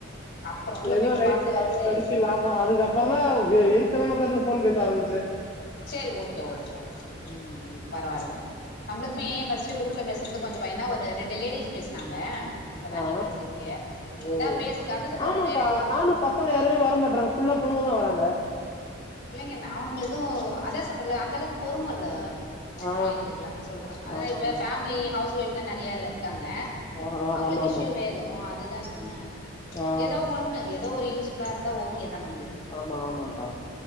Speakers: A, on the left; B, on the left.
A: அப்புறம் உள்ள
B: ஏதோ
A: போயிட்டு
B: ரேட்டு
A: பார்த்து
B: வந்த
A: சரி
B: வரைக்கு
A: சரி
B: லாபம் அதுக்கப்புறம் தான் எரித்தனமக்க்ச போன் பேச ஆரம்பிச்சு
A: செரி ஓகே ஓகே ஓகே ம் பரவாயில்ல நம்ளுக்கு ஃபர்ஸ்ட்டூ குரூப்ல பேச இருந்து கொஞ்ச பயா தா ஒரு ரெண்டு லேடிஸ் பேசினாங்க இப்பதா
B: ஆ.
A: நீ பேசிருக்க
B: ஓ
A: இதா பேசிருக்க அத சொன்ன
B: ஆமாக்கா
A: எனக்கு
B: நானும் பசங்க யாருமே வர மாட்டாங்க ஃபுல்லா பொண்ணுங்க தா
A: பிள்ளைங்கன அவனுங்களுக்கு அதா சொல்றல்ல அந்த அளவுக்கு பொறுமல்ல
B: ஆ
A: பிள்ளைங்களுக்குல்ல சொல்றே அதன
B: ஆமா
A: இப்ப
B: ஆமா
A: ஃபேமிலி ஹவுஸ் ஒயப் நெறையா இல்ல ங்க
B: ஆ ஆ,
A: அவங்களுக்கு
B: ஆமா ஆமா
A: இஷயூ வேதும் அதுதா சொன்னே
B: ஆ
A: ஏதோ ஒண்ணு ஏதோ ஒரு யூஸ்ஃபுல்லா இருந்தா ஓகே தா நம்மளுக்கு
B: ஆமா ஆமாக்கா